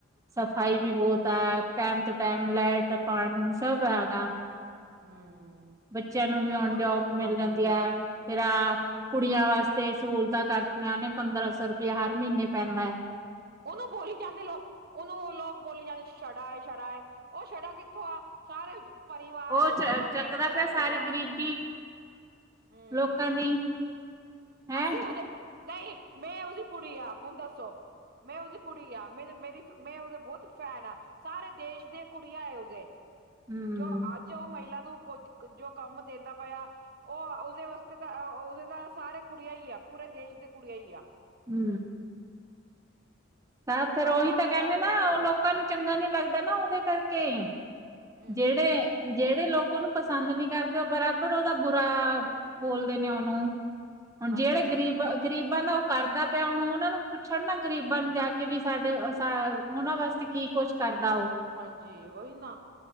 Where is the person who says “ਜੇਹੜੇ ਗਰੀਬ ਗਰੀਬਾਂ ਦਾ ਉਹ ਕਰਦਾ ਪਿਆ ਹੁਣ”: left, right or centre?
Right